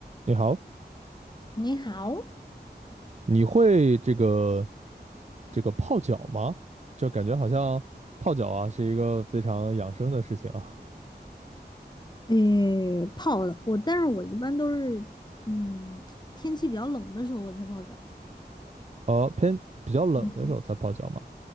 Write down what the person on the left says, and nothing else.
你好，
诶，泡的我，但是我一般都是，嗯，天气比较冷的时候我才泡脚。
嗯，